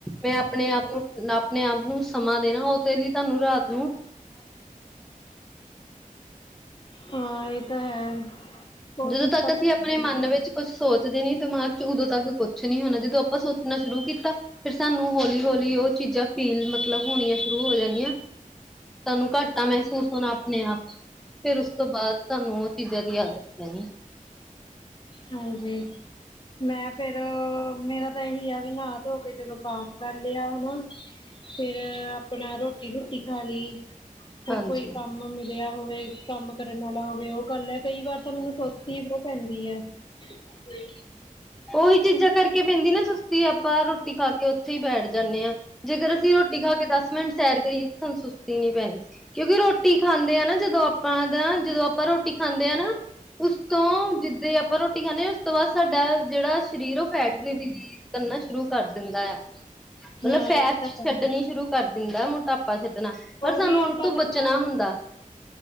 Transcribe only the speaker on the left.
ਹਾਂ ਇਹ ਤਾਂ ਹੈ ਕੋਸ਼ਿਸ਼
ਤਾਂ
ਮੈਂ
ਕਰਦੀ
ਸੀ
ਹਾਂਜੀ ਮੈਂ ਫਿਰ ਮੇਰਾ ਤਾਂਹੀ ਆ ਵੀ ਨਹਾ ਧੋ ਕੇ ਤੈਨੂੰ ਪਾਠ ਕਰ ਲਿਆ ਹਨਾ ਫਿਰ ਆਪਣਾ ਰੋਟੀ ਰੋਟੀ ਖਾ ਲਈ
ਫਿਰ ਕੋਈ ਮਿਲਿਆ ਹੋਵੇ ਕੰਮ ਕਰਨ ਵਾਲਾ ਹੋਵੇ ਉਹ ਗੱਲ ਹ ਕਈ ਵਾਰ ਤਾਂ ਮੈਨੂੰ ਸੋਚੀ ਪੈਂਦੀ ਹਾਂ
ਹਾਂ
ਇਹ ਤਾਂ ਹੈ
ਉਹੀ
ਆਪਾਂ
ਗੱਲਾਂ